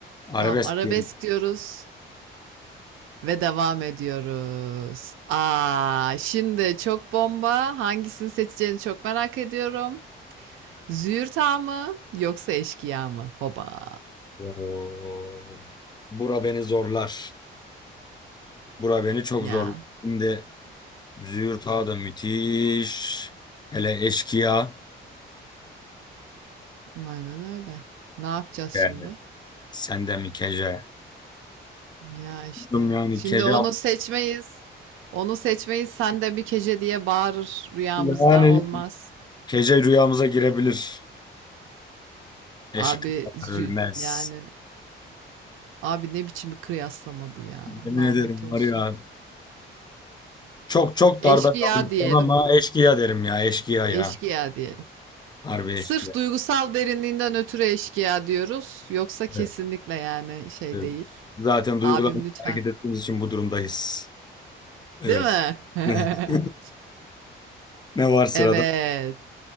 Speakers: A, on the left; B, on the right.
A: Arabesk
B: Tamam arabesk
A: diyorum.
B: diyoruz ve devam ediyoruz. Aa, şimdi çok bomba. Hangisini seçeceğini çok merak ediyorum. Züğürt'a mı yoksa eşkıya mı? Hoba.
A: Oo. Bura beni zorlar. Bura beni çok
B: Ya
A: zorlar. Şimdi Züğürt Ağa da müthiş. Hele Eşkıya.
B: aynen öyle. Ne yapacağız
A: Yani.
B: şimdi?
A: Sen de mi Kece?
B: Ya işte.
A: Bilmiyorum Yani
B: Şimdi
A: Kece.
B: onu seçmeyiz. Onu seçmeyiz. Sen de bir kece diye bağırır rüyamızda.
A: Yani.
B: Olmaz.
A: Kece rüyamıza girebilir. Eşkıyalar
B: Abi zü
A: ölmez.
B: yani abi ne biçim bir kıyaslama bu ya.
A: Yemin
B: Lanet
A: ederim
B: olsun.
A: var ya. Çok çok
B: Eşkıya
A: darda kaldım
B: diyelim.
A: şu an ama eşkıya derim ya. Eşkıya ya.
B: Eşkıya diyelim.
A: Harbi
B: Sırf
A: eşkıya.
B: duygusal derinliğinden ötürü eşkıya diyoruz. Yoksa kesinlikle
A: Evet.
B: yani şey
A: Evet.
B: değil.
A: Zaten duygularımızla
B: Abim lütfen
A: hareket ettiğimiz için bu durumdayız. Evet.
B: Değil mi? <laughs>
A: <laughs> Ne var sırada?
B: Evet.